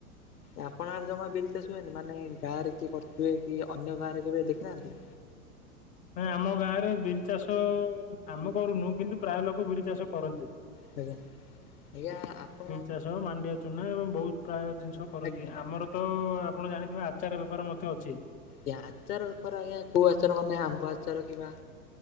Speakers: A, on the left (about 75°); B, on the left (about 20°).
A: ଆପଣଙ୍କର ଜମା ବିରି ଚାଷ ହୁଏନି ମାନେ ଗାଁରେ କିଏ କରଥିବେ କି ଅନ୍ୟ ଗାଁରେ କେବେ ଦେଖିନାହାନ୍ତି?
B: ନାଇ ଆମ ଗାଁରେ ବିରି ଚାଷ ଆମେ କରୁନୁ କିନ୍ତୁ ପ୍ରାୟ ଲୋକ ବିରି ଚାଷ କରନ୍ତି।
A: ଆଜ୍ଞା ଆଜ୍ଞା ଆପ
B: ବିରି ଚାଷ ମାଣ୍ଡିଆ ଚୁନା ଏବଂ ବହୁତ ପ୍ରାୟ ଜିନିଷ କରନ୍ତି
A: ଆଜ୍ଞା
B: ଆମର ତ ଆପଣ ଜାଣିଥିବେ ଆଚାର ବେପାର ମଧ୍ୟ ଅଛି।
A: ଜ୍ଞା ଆଚାର ବେପାର ଆଜ୍ଞା କଉ ଆଚାର ମାନେ ଆମ୍ବ ଆଚାର କିଵା